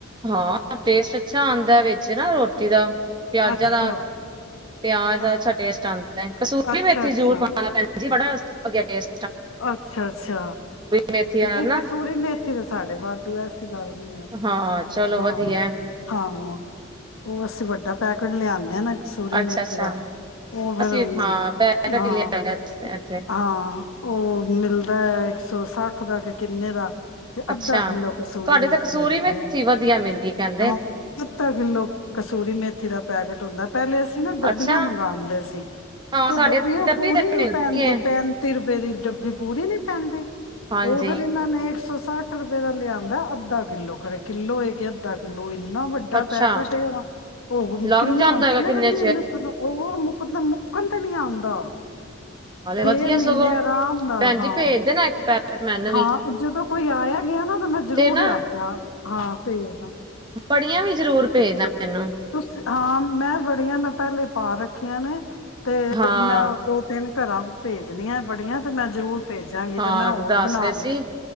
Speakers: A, on the right (about 20°); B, on the left (about 85°).
A: ਹਾਂ ਟੇਸਟ ਅੱਛਾ ਆਉਂਦਾ ਵਿੱਚ ਨਾ ਰੋਟੀ ਦਾ ਪਿਆਜਾਂ
B: ਅੱਛਾ
A: ਦਾ ਪਿਆਜ
B: ਅ
A: ਦਾ ਅੱਛਾ ਟੇਸਟ ਆਉਂਦਾ ਹੈ ਕਸੂਰੀ
B: ਅੱਛਾ
A: ਵਿੱਚ ਹੀ
B: ਅੱਛਾ
A: ਜੂੂਰ ਪਾਉਣਾ ਜੀ ਬੜਾ ਵਧੀਆ ਟਸਟ
B: ਅੱਛਾ ਅੱਛਾ
A: ਮੇਥੀ
B: ਨਹੀਂ
A: ਨਾਲ ਨਾ
B: ਕਸੂਰੀ ਮੇਥੀ ਇ ਤਾਂ ਸਾਡੇ ਵਾਧੂ ਹੈ ਗੱਲ ਨੀ ਹੈ
A: ਹਾਂ ਚਲੋ
B: ਹਾਂ
A: ਵਧੀਆ
B: ਹਾਂ ਉਹ ਅਸੀਂ ਵੱਡਾ ਪੈਕਟ ਲਿਆਉਂਦੇ ਆ ਨਾ ਸੂਰੀ
A: ਅੱਛਾ-ਅੱਛਾ
B: ਮੇਥੀ ਦਾ ਉਹ ਫੇਰ
A: ਅਸੀਂ ਹਾਂ ਪੈਕਟ
B: ਹਾਂ
A: ਹੀ ਲਿਆਏ ਦਾ ਇੱਥੇ
B: ਹਾਂ ਉਹ ਮਿਲਦਾ ਇੱਕ ਸੌ ਸੱਠ ਕਰਕੇ ਕਿੰਨੇ ਦਾ ਤੇ ਅੱਧਾ
A: ਅੱਛਾ
B: ਕਿੱਲੋ ਕਸੂਰੀ
A: ਤੁਹਾਡੇ
B: ਮੇਥੀ
A: ਤਾਂ ਕਸੂਰੀ
B: ਹੁੰਦੀ
A: ਮੇਥੀ
B: ਆ
A: ਵਧੀਆ ਮਿਲਦੀ ਕਹਿੰਦੇ
B: ਹਾਂ ਅੱਧਾ ਕਿੱਲੋ ਕਸੂਰੀ ਮੇਥੀ ਦਾ ਪੈਕੇਟ ਹੁੰਦਾ ਪਹਿਲੇ ਅਸੀਂ ਨਾ ਡੱਬੀਆਂ
A: ਅੱਛਾ
B: ਮੰਗਵਾਉਂਦੇ ਸੀ
A: ਹਾਂ
B: ਤੇ ਉਹ
A: ਸਾਡੇ
B: ਡੱਬੀਆਂ
A: ਡੱਬੀ
B: ਪੂਰੀ
A: ਤੇ
B: ਨੀ
A: ਮਿਲਦੀ
B: ਪੈਂਦੀ
A: ਏ
B: ਪੈਂਤੀ ਰੁਪਏ ਦੀ ਵੀ ਪੂਰੀ ਨੀ ਪੈਂਦੀ
A: ਹਾਂਜੀ
B: ਉਹ ਫੇਿਰ ਇਹਨਾਂ ਨੇ ਇੱਕ ਸੌ ਸੱਠ ਰੁਪਏ ਦਾ ਲਿਆਂਦਾ ਅੱਧਾ ਕਿੱਲੋ ਖਰੇ ਕਿੱਲੋ ਹੋਏ ਕਿ ਅੱਧਾ ਕਿੱਲੋ ਕਿੰਨਾ ਵੱਡਾ
A: ਅੱਛਾ
B: ਪੈਕਟ ਇਹ ਉਹ
A: ਲੰਘ
B: ਕਿੰਨਾ
A: ਜਾਂਦਾ ਹੈਗਾ
B: ਚਿਰ
A: ਕਿੰਨੇ
B: ਨੀ ਮੁਕਦਾ ਹੋਰ ਓਹ ਤੇ ਮੁੱਕਣ ਤੇ ਨਹੀਂ ਆਉਂਦਾ ਛੇ
A: ਵਧੀਆ
B: ਮਹੀਨੇ
A: ਸਗੋਂ
B: ਆਰਾਮ ਨਾਲ
A: ਭੈਣ
B: ਹਾਂ
A: ਜੀ ਭੇਜਦੇ ਨਾ ਇੱਕ ਪੈਕਟ ਮੈਨੂੰ ਵੀ
B: ਹਾਂ ਜਦੋਂ ਕੋਈ ਆਇਆ ਗਿਆ ਨਾ ਤਾਂ ਮੈਂ ਜ਼ਰੂਰ
A: ਤੇ ਨਾ
B: ਲੈ ਕੇ ਆ ਹਾਂ ਭੇਜਦਾਂਗੀ
A: ਵੜੀਆਂ ਵੀ ਜ਼ਰੂਰ ਭੇਜਨਾ ਮੈਨੂੰ
B: ਉਸ ਆਮ ਮੈਂ ਬੜੀਆਂ ਮੈਂ ਪਹਿਲੇ ਪਾ ਰੱਖੀਆਂ ਨੇ ਤੇ
A: ਹਾਂ
B: ਮੈਂ ਦੋ ਤਿੰਨ ਘਰਾਂ ਵਿੱਚ ਭੇਜਣੀਆਂ ਬੜੀਆਂ ਤੇ ਮੈਂ ਜ਼ਰੂਰ ਭੇਜਾਂਗੀ
A: ਹਾਂ
B: ਤੇ ਮੈਂ ਹੋਰ
A: ਦੱਸ
B: ਬਣਾਵਗੀ
A: ਰਹੇ ਸੀ